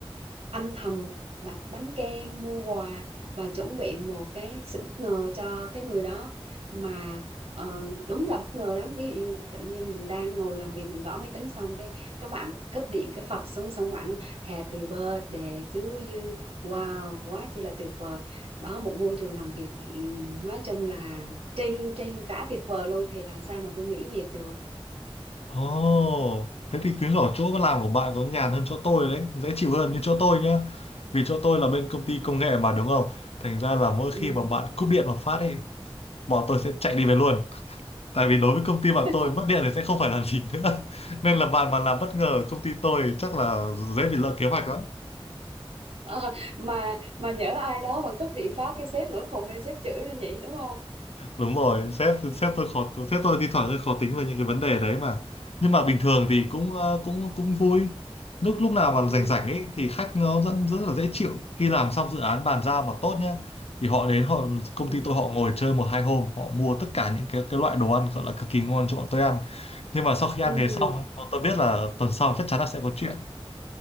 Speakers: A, on the right; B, on the left.
A: âm thầm đặt bánh kem mua quà và chuẩn bị một cái sự bất ngờ cho cái người đó mà ờ, đúng là bất ngờ lắm ví dụ như tự nhiên mình đang ngồi làm việc mình gõ máy tính xong cái các bạn cúp điện cái phập xuống xong các bạn nói, happy birthday to you wow quá chỉ là tuyệt vời đó một môi trường làm việc ừ, nói chung là trên trên cả tuyệt vời luôn thì làm sao mà tôi nghỉ việc được
B: Ồ, thế thì chứng tỏ chỗ làm của bạn có nhàn hơn chỗ tôi đấy, dễ chịu hơn như chỗ tôi nhá. Vì chỗ tôi là bên công ty công nghệ mà đúng không? Thành ra là mỗi khi
A: ừ.
B: mà bạn cúp điện một phát ấy, bọn tôi sẽ chạy đi về luôn. Tại vì đối với công ty bạn
A: <laughs>
B: tôi mất điện thì sẽ không phải làm gì nữa. <laughs> Nên là bạn mà làm bất ngờ ở công ty tôi chắc là dễ bị lỡ kế hoạch lắm.
A: Ờ, mà mà nhỡ ai đó mà cúp điện phát cái sếp nữa cùng lên sếp chửi nữa nhỉ đúng không
B: đúng rồi sếp sếp tôi khó sếp tôi thi thoảng hơi khó tính về những cái vấn đề đấy mà nhưng mà bình thường
A: Ờ,
B: thì cũng ờ, cũng cũng vui lúc lúc nào mà rảnh
A: ừ,
B: rảnh ấy thì khách nó rất rất là dễ chịu khi làm xong dự án bàn giao mà tốt nhá thì họ đến họ công
A: ừ,
B: ty tôi họ ngồi chơi một hai hôm họ mua tất cả những cái cái loại đồ ăn gọi là cực kỳ ngon cho bọn tôi ăn nhưng mà sau khi
A: ừ.
B: ăn về xong ấy, bọn tôi biết là tuần sau chắc chắn là sẽ có chuyện